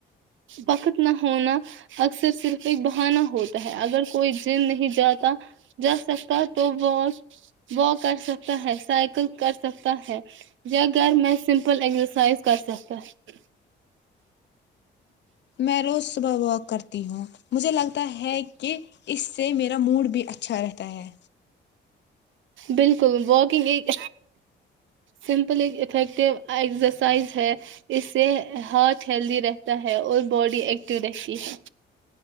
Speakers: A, on the right (about 75°); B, on the left (about 65°).
A: وقت نہ ہونا اکثر صرف ایک بہانا ہوتا ہے اگر کوئی جم نہیں جاتا جا سکتا تو و واک کر سکتا ہے سائیکل کر سکتا ہے یا گھر میں سمپل ایکسرسائز کر سکتا ہے
B: میںیروز واک کرتی ہوں مجھے لگتا ہے کہ اس سے میرا ا موڈ بھی اچھا رہتا ہے
A: بالکل واکنگ ایک سمپل ایک افیکٹیو ایکسرسائز ہے اس سے ہارھ ہیلدی رہتا ہے اور باڈی ایکٹو رہتی ہے